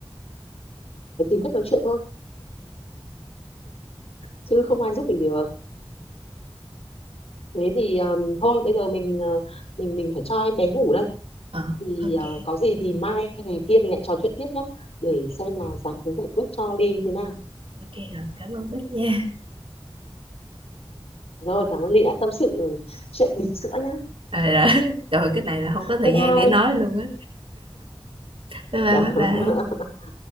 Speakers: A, on the left; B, on the right.
A: phải tìm cách nói chuyện thôi chứ không ai giúp mình được thế thì ừm, thôi bây giờ mình ờ, mình mình phải cho em bé ngủ đây
B: ờ
A: thì
B: ok
A: à, có gì thì mai ngày kia mình lại trò chuyện tiếp nhé để
B: ok
A: xem là giải hướng giải quyết cho Ly như thế nào
B: ok rồi cảm ơn Bích nha
A: rồi cảm ơn Ly đã tâm sự ừ, chuyện bỉm sữa nhá
B: rồi, rồi. <laughs> Trời cái này là không có thời
A: bye bye
B: gian để nói luôn á bye bye
A: <laughs>
B: bye bye